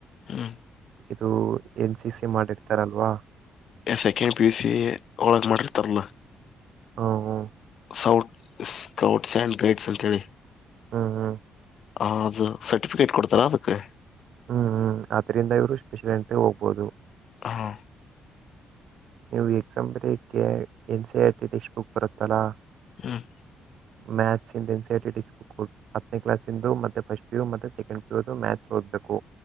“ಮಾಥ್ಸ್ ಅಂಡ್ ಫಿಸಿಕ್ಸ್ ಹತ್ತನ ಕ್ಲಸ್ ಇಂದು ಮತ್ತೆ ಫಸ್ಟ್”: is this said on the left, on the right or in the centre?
Right